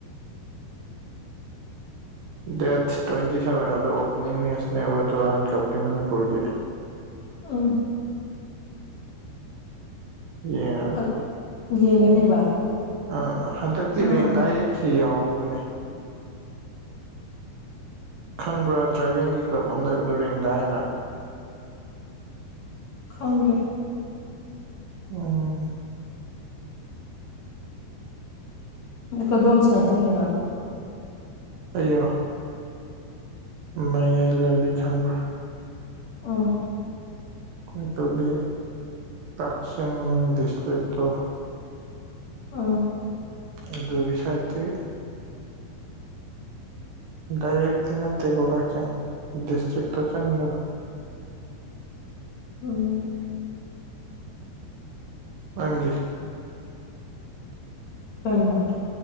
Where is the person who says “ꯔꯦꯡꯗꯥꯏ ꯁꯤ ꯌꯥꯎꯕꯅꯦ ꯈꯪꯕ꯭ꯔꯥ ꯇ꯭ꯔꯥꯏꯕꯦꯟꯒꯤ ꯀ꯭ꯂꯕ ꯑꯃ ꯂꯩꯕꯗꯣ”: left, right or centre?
Right